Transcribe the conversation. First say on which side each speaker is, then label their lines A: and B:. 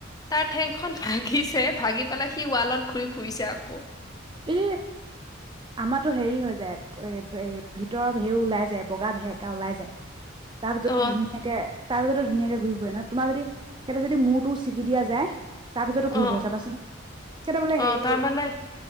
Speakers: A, on the left; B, on the right.
A: তাৰ ঠেং খন ভাগিছে ভাগি পেলাই সি ৱালত ঘূৰি ফুৰিছে কি?
B: ই আমাতো হেৰি হৈ যায় এ হেৰ ভিতৰৰ ভেউও ওলাই যায়, বগা ভেৰেকা ওলাই যায। তাৰ ভিতৰতো
A: অ
B: ধুনীয়াকে তাৰপিছতেো ধুনীয়াকে ঘূৰি ফুৰে ন? তোমাৰ যদি তেনেকে মূৰটো চিঙি দিয়া যায় তাৰপিছতো ঘূৰি
A: অ
B: ফুৰা চাবাচোন, সিঁহতে বোলে
A: অ
B: হেৰি
A: তাৰমানে